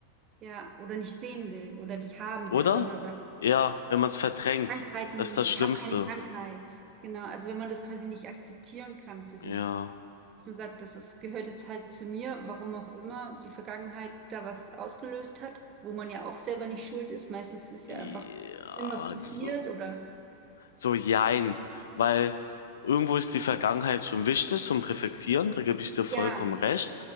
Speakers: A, on the right; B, on the left.
A: ja oder nicht sehen will oder nicht haben
B: Oder?
A: will, wenn man sagt,
B: Ja, wenn man es verdrängt.
A: Krankheiten,
B: Das ist das Schlimmste.
A: ich habe keine Krankheit. Genau, also wenn man das quasi nicht akzeptieren kann für sich.
B: Ja.
A: dass man sagt, das ist, gehört jetzt halt zu mir, warum auch immer die Vergangenheit da was ausgelöst hat, wo man ja auch selber nicht schuld ist. Meistens ist ja
B: Ja,
A: einfach irgendwas passiert
B: so.
A: oder
B: So, jein. Weil irgendwo ist die Vergangenheit schon wichtig zum Reflektieren, da gebe ich dir vollkommen
A: ja,
B: recht.